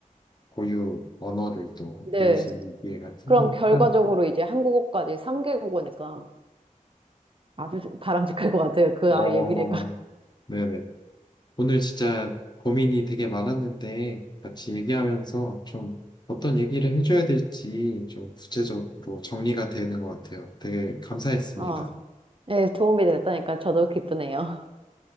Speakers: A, on the left (about 30°); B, on the right (about 40°).
A: 고유 언어를 또
B: 네.
A: 배울 수 있는 기회가 생기니까,
B: 그럼 결과적으로 이제 한국어까지 3개 국어니까 아주 바람직할 것 같아요. 그
A: 어,
B: 아이의 미래가.
A: 네네. 오늘 진짜 고민이 되게 많았는데 같이 얘기하면서 좀 어떤 얘기를 해줘야 될지 좀 구체적으로 정리가 되는 것 같아요. 되게 감사했습니다.
B: 어, 네, 도움이 됐다니까 저도 기쁘네요. <laughs>